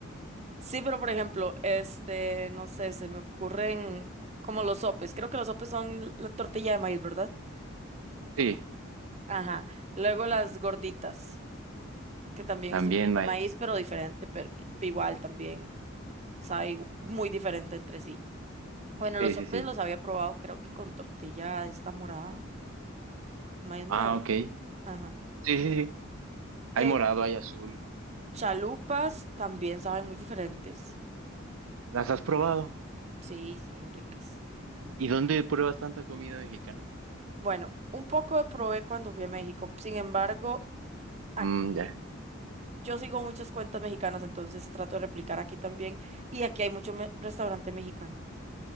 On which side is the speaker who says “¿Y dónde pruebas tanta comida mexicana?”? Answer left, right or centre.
Right